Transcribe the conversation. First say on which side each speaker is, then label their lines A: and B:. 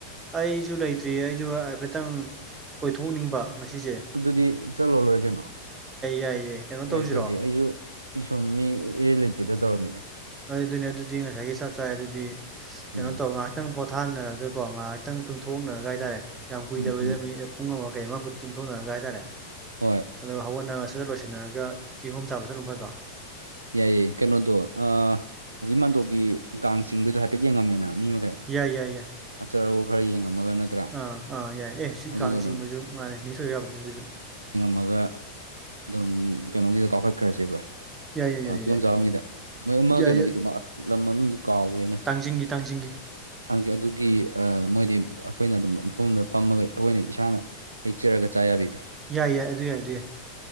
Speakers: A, on the right (about 20°); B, on the right (about 75°).
A: ꯑꯩꯖꯨ ꯂꯩꯇ꯭ꯔꯤꯌꯦ ꯑꯩꯖꯨ ꯍꯥꯏꯐꯦꯠꯇꯪ ꯀꯣꯏꯊꯣꯛꯅꯤꯡꯕ ꯉꯁꯤꯖꯦ
B: ꯑꯗꯨꯗꯤ ꯆꯠꯂꯣ ꯂꯣꯏ ꯀꯩꯅꯣ
A: ꯌꯥꯏꯌꯦ ꯀꯩꯅꯣ
B: ꯂꯩꯇ꯭ꯔꯗꯤ
A: ꯇꯧꯁꯤꯔꯣ
B: ꯑꯩꯖꯨ ꯑꯩ ꯁꯨꯝ ꯃꯤ ꯏꯔꯩ ꯂꯩꯇꯦꯗ ꯇꯧꯔꯝꯃꯤꯅꯦ
A: ꯑꯗꯨꯗꯤꯅꯦ ꯑꯗꯨꯗꯤ ꯉꯁꯥꯏꯒꯤ ꯆꯞ ꯆꯥꯔꯦ ꯑꯗꯨꯗꯤ ꯀꯩꯅꯣ
B: ꯎꯝ
A: ꯇꯧ ꯉꯍꯥꯛ ꯉꯥꯛꯇꯪ ꯄꯣꯊꯥꯅꯔꯒꯀꯣ ꯉꯥꯍꯥꯛꯇꯪ ꯇꯨꯝꯊꯣꯛꯅꯔꯒ ꯍꯥꯏꯇꯥꯔꯦ ꯌꯥꯝ ꯀꯨꯏꯗꯕꯤꯗ
B: ꯎꯝ ꯎꯝ
A: ꯃꯤꯅꯤꯠ ꯄꯨꯡ ꯑꯃ ꯀꯩ ꯑꯃ ꯐꯨꯠ ꯇꯨꯝꯊꯣꯛꯅꯔꯒ ꯍꯥꯏꯇꯥꯔꯦ
B: ꯍꯣꯏ
A: ꯑꯗꯨꯒ ꯍꯧꯒꯠꯅꯔ ꯁꯖꯠ ꯂꯣꯏꯁꯟꯅꯔꯒ ꯀꯤꯍꯣꯝ ꯆꯥꯕ ꯆꯠꯂꯨ ꯐꯗ꯭ꯔꯣ
B: ꯌꯥꯏꯌꯦ ꯀꯩꯅꯣꯗꯣ ꯑꯥ ꯑꯁꯤ ꯃꯥꯟꯗꯣꯞꯀꯤ ꯀꯥꯡ ꯆꯤꯡꯕꯩꯗꯣ ꯍꯥꯏꯐꯦꯠ ꯌꯦꯡꯉꯝꯃꯦꯅ ꯃꯤ ꯃꯈꯩ
A: ꯌꯥꯏ ꯌꯥꯏ ꯌꯥꯏ
B: ꯑꯆ ꯑꯋꯣꯛ ꯈꯔ ꯌꯦꯡꯉꯝꯃꯒ ꯅꯠꯇ꯭ꯔꯥ
A: ꯑ ꯑ ꯌꯥꯏ ꯑꯦ ꯁꯤ
B: ꯑꯗꯨꯒ
A: ꯀꯥꯡ
B: ꯑꯗꯨꯝ
A: ꯆꯤꯡꯕꯖꯨ ꯃꯥꯟꯅꯦ ꯃꯤꯁ ꯑꯣꯏ ꯌꯥꯄꯣꯠꯇꯦ ꯑꯗꯨꯖꯨ
B: ꯃꯒ ꯗꯨꯝ ꯀꯩꯅꯣꯒꯤꯗ ꯀꯥꯎꯈꯠꯈ꯭ꯔꯁꯦꯕ
A: ꯌꯥꯏ ꯌꯥꯏ ꯌꯥꯏ
B: ꯑ ꯀꯤꯌꯣꯝ
A: ꯌꯥꯏ
B: ꯆꯥꯐꯝꯒꯤꯗ ꯃꯣꯏ ꯑꯃ
A: ꯌꯥꯏ
B: ꯀꯩꯅꯣꯒꯤꯗꯨ
A: ꯌꯥꯏ
B: ꯂꯝ ꯃꯃꯤꯡꯗꯨ ꯀꯥꯎꯒ꯭ꯔꯦꯅꯦ
A: ꯇꯥꯡꯖꯤꯡꯒꯤ ꯇꯥꯡꯖꯤꯡꯒꯤ
B: ꯇꯥꯡꯖꯤꯡ ꯑꯗꯨꯒꯤ ꯑ ꯃꯣꯏꯗꯤ ꯑꯈꯣꯏꯅ ꯑꯗꯨꯝ ꯃꯐꯝ ꯑꯃꯗ ꯐꯝꯃꯒ ꯑꯈꯣꯏꯅꯥ ꯏꯁꯥꯅ ꯍꯦꯛꯆꯔꯒ ꯆꯥ ꯌꯥꯕꯤꯗꯣ
A: ꯌꯥꯏ ꯌꯥꯏ ꯑꯗꯨ ꯌꯥꯏ ꯑꯗꯨ ꯌꯥꯏ